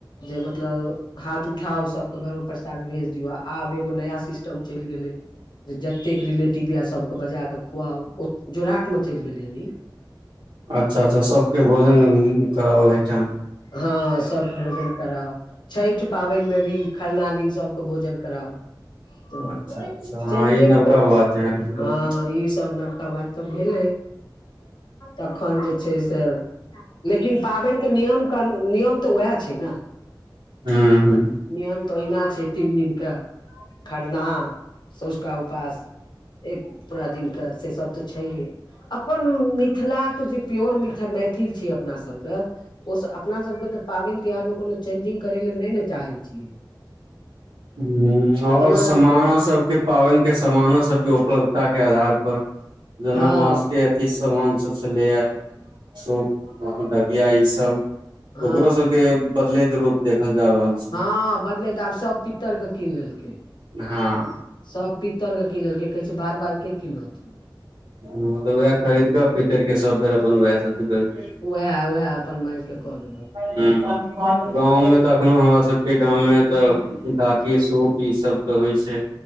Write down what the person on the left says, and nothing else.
जे मतलब हाथ उठाउ सबके घर मे प्रसाद भेज दियौ अ आब एगो नया सिस्टम चैल गेले जे जतेक रिलेटिव यै सबके बजाए के क खुवाअ ओ जोरहाट मे चैल‌ गेलै यानी।
हां सबके भोजन कराव छैठ पाबैन मे भी खरना दिन सबके भोजन कराव। त
चेंजिंग
तै
हां ई सब नबका बात तऽ भेलै तखन जे छै से लेकिन पाबैन के नियम कन नियम तऽ उहै छै नै।
नियम तै ओहिना छै, तीन दिन के खरना सोझका उपास, एक पूरा दिन के से सब तऽ छैहे अपन मि ला के जे प्योर मिथ मैथिल छी अपना सबके ओ से अपना सबके तऽ पाबैन तिहार मे कोनो चेंजिंग करै लए नै न चाहै छियै।
जेना
हँ
हँ
हां बदलै तै आब सब पी तर के कीन लेलकेै
सब पित्तर के किन लेलके कहै छै बार-बार के किनत
वैह-वैह अपन <unintelligible>
हूँ
हूँ